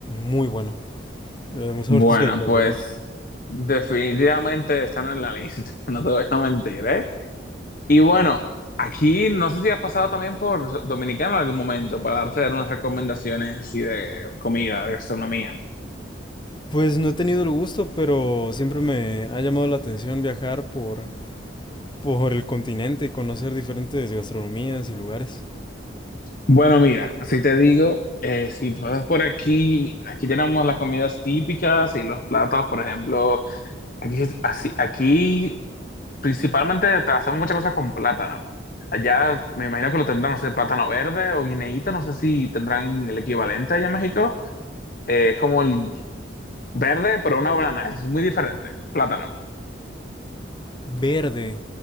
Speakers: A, on the left; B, on the left.
A: muy bueno. Le da un sabor
B: Bueno,
A: <laughs> espectacular.
B: pues definitivamente están en la lista, <laughs> no te voy a mentir, ¿eh? Y bueno, aquí no sé si has pasado también por Dominicana en algún momento para darte unas recomendaciones así de comida, de gastronomía.
A: Pues no he tenido el gusto, pero siempre me ha llamado la atención viajar por por el continente y conocer diferentes gastronomías y lugares.
B: Bueno, mira, así te digo, eh, si pasas por aquí, aquí tenemos las comidas típicas y los platos, por ejemplo, aquí, es así, aquí principalmente te hacemos muchas cosas con plátano. Allá me imagino que lo tendrán, no sé, plátano verde o guineíto, no sé si tendrán el equivalente allá en México. Eh, es como el verde, pero una banana, es muy diferente, plátano.
A: Verde.